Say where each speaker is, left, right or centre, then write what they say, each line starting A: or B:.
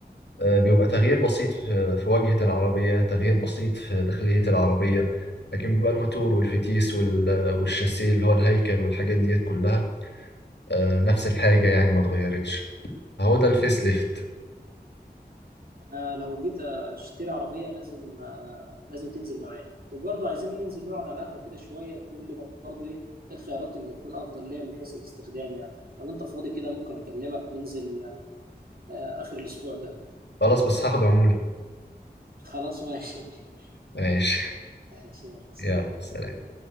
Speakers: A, on the left; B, on the right.
A: آه، بيبقى تغيير بسيط في في واجهه العربيه تغيير بسيط في داخليه العربيه لكن بيبقى الماتور والفتيس وال- والشاسيه اللي هو الهيكل والحاجات ديت كلها آه، نفس الحاجه يعني ما اتغيرتش فهو ده الفيس ليفت
B: انا لو جيت اشتري عربيه لازم آه، لازم تنزل معايا وبرضه عايزين ننزل نقعد على قهوه كده شويه تقول لي برضه ايه الخيارات اللي تكون افضل ليا من حيث الاستخدام يعني لو انت فاضي كده ممكن اكلمك ننزل آه، اخر الاسبوع ده
A: خلاص بس هاخد عموله
B: خلاص ماشي
A: ماشي
B: <laughs> ماشي يلا سلام
A: <laughs> يلا سلام